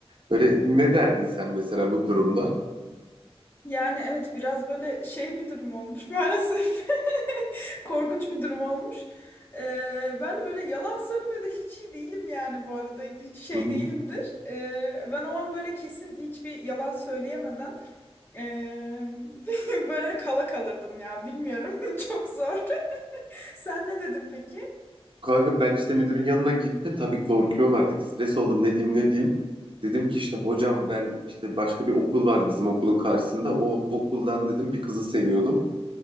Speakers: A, on the right (about 55°); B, on the left (about 20°).
A: Böyle ne derdin sen mesela bu durumda?
B: Yani evet biraz böyle şey bir durum olmuş maalesef. <laughs> Korkunç bir durum olmuş. Ee, ben de böyle yalan söylemede hiç iyi değilim yani bu arada. Hiç şey
A: Hı hı.
B: değilimdir. Ee, ben o an böyle kesin hiçbir yalan söyleyemeden ee, <laughs> böyle kala kalırdım ya. Bilmiyorum. <laughs> Çok zor. Sen ne dedin peki?
A: Kanka ben işte müdürün yanına gittim. Tabii korkuyorum artık. Stres oldum. Ne diyeyim ne diyeyim. Dedim ki işte hocam ben işte başka bir okul vardı bizim okulun karşısında. O okuldan dedim bir kızı seviyordum.